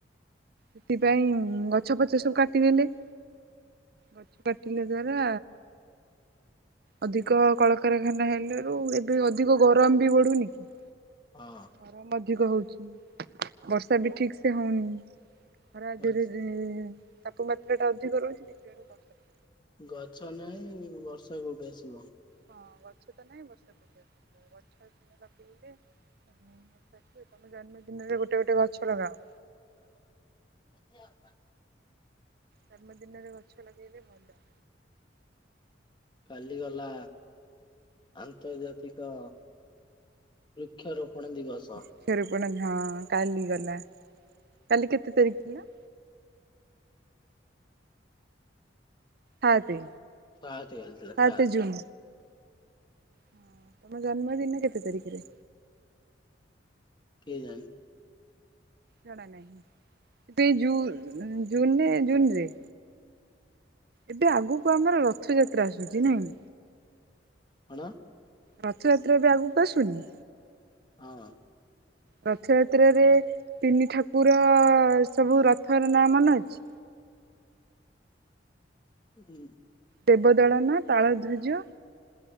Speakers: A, on the right; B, on the left.
A: ସେଥିପାଇଁ ଗଛ ଫଛ ସବୁ କାଟିନେଲେ ଗଛ କାଟିଲା ଦ୍ଵାରା ଅଧିକ କଳକାରଖାନା ହେଲାରୁ ଏବେ ଅଧିକ ଗରମ ବି ବଢ଼ୁନି କି?
B: ହଁ।
A: ଗରମ ଅଧିକ ହଉଛି ବର୍ଷା ବି ଠିକ୍ ସେ ହଉନି। ଖରା
B: ହଁ।
A: <unintelligible> ତାପମାତ୍ରାଟା ଅଧିକ ରହୁଛି ଦେଖିଲା ବେଳକୁ ବର୍ଷା
B: ଗଛ ନାହିଁ ବର୍ଷା କୋଉଠୁ ଆସିବ?
A: ହଁ ଗଛ ତ ନାହିଁ <unintelligible> ତମେ ଜନ୍ମଦିନରେ ଗୋଟେ ଗୋଟେ ଗଛ ଲଗାଅ।
B: <unintelligible>
A: ଜନ୍ମଦିନରେ ଗଛ ଲଗେଇଲେ ଭଲ।
B: କାଲି ଗଲା ଆନ୍ତର୍ଜାତିକ ବୃକ୍ଷ ରୋପଣ ଦିବସ।
A: ବୃକ୍ଷରୋପଣ ହଁ କାଲି ଗଲା କାଲି କେତେ ତାରିଖ ଥିଲା? ସାତେ
B: ସାତେ କାଲିଥିଲା
A: ସାତେ
B: ସାତ
A: ଜୁନ ହଁ ତମ ଜନ୍ମଦିନ କେତେ ତାରିଖରେ?
B: କିଏ ଜାଣି?
A: ଜଣା ନାହିଁ ତୁ ଏଇ ଜୁନ୍ ଜୁନ ରେ ଜୁନ ରେ ଏବେ ଆଗକୁ ଆମର ରଥଯାତ୍ରା ଆସୁଛି ନାଇଁ
B: କଣ?
A: ରଥଯାତ୍ରା ଏବେ ଆଗକୁ ଆସୁନି?
B: ହଁ।
A: ରଥଯାତ୍ରାରେ ତିନି ଠାକୁର ସବୁ ରଥର ନାଁ ମନେଅଛି
B: ହୁଁ
A: ଦେବଦଳନା ତାଳଧ୍ୱଜ